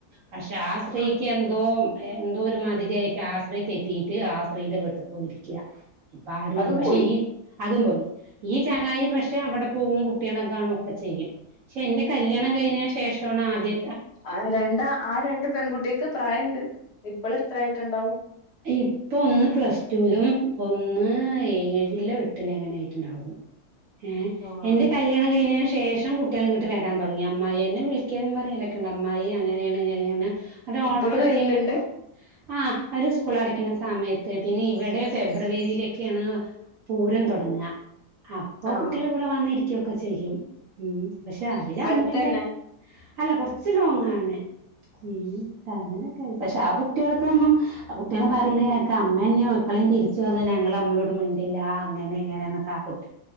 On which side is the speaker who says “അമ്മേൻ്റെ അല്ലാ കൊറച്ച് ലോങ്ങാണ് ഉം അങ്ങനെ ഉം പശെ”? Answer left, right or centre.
Right